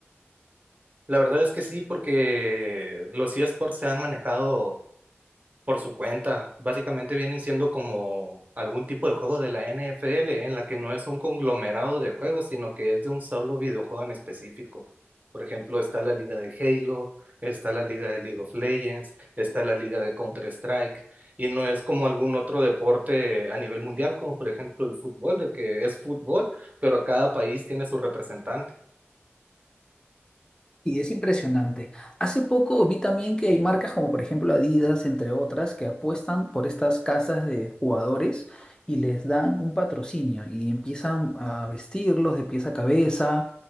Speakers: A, on the right; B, on the left.
A: La verdad es que sí, porque los eSports se han manejado por su cuenta. Básicamente vienen siendo como algún tipo de juego de la NFL en la que no es un conglomerado de juegos, sino que es de un solo videojuego en específico. Por ejemplo, está la liga de Halo, está la liga de League of Legends, está la liga de Counter-Strike, y no es como algún otro deporte a nivel mundial, como por ejemplo el fútbol, de que es fútbol, pero cada país tiene su representante.
B: Y es impresionante. Hace poco vi también que hay marcas como por ejemplo Adidas, entre otras, que apuestan por estas casas de jugadores y les dan un patrocinio y empiezan a vestirlos de pies a cabeza.